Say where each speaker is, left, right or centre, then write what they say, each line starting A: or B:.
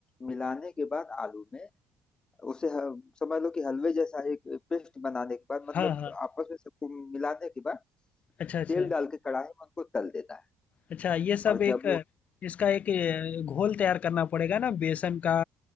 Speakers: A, on the left; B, on the left.
A: मिलाने के बाद आलू में उसे ह- समझ लो कि हलवे जैसा एक पेस्ट बनाने के बाद मतलब
B: हाँ, हाँ।
A: आपस में सबको मिलाने के बाद
B: अच्छा, अच्छा।
A: तेल डाल के कढ़ाई में उनको तल देना है
B: अच्छा ये सब
A: और
B: एक
A: जब वो
B: इसका एक अ, घोल तैयार करना पड़ेगा ना बेसन का